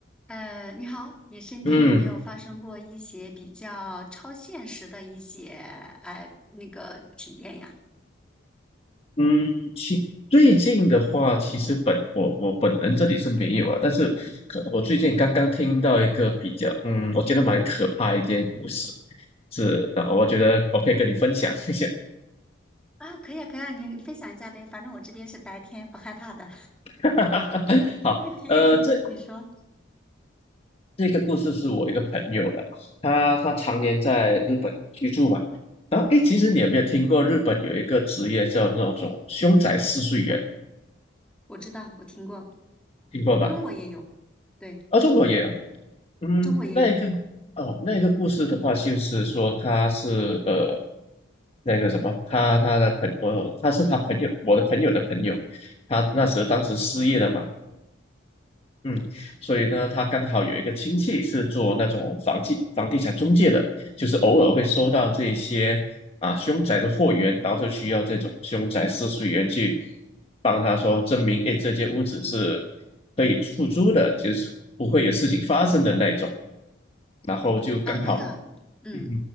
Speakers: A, in the centre; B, on the left (about 30°).
A: 呃，你好，你身边有没有发生过一些比较超现实的一些
B: 嗯
A: 呃那个体验呀？
B: 嗯，其最近的话，其实本我我本人这里是没有啊，但是可能我最近刚刚听到一个比较，嗯，我觉得蛮可怕的一件故事，是，那我觉得我可以跟你分享一下。
A: 啊，可以啊，可以啊，你你分享一下呗，反正我这边是白天，不害怕的，
B: <laughs>
A: <laughs>
B: 好，
A: 听一听。
B: 呃，这
A: 你说，
B: 这个故事是我一个朋友的，他他常年在日本居住嘛，然后诶，其实你有没有听过日本有一个职业叫那种凶宅试睡员，
A: 我知道，我听过，
B: 听过吧？
A: 中国也有，对，
B: 啊，中国也有，嗯，
A: 中国也有，
B: 那个哦，那个故事的话，就是说他是呃，那个什么，他他的朋我他是他朋友，我的朋友的朋友，他那时候当时失业了嘛，嗯，所以呢，他刚好有一个亲戚是做那种房地房地产中介的，就是偶尔会收到这些啊凶宅的货源，然后就需要这种凶宅试睡员去帮他说证明，哎，这间屋子是可以出租的，就是不会有事情发生的那种。然后就刚好，
A: 嗯，对的，嗯，
B: 嗯，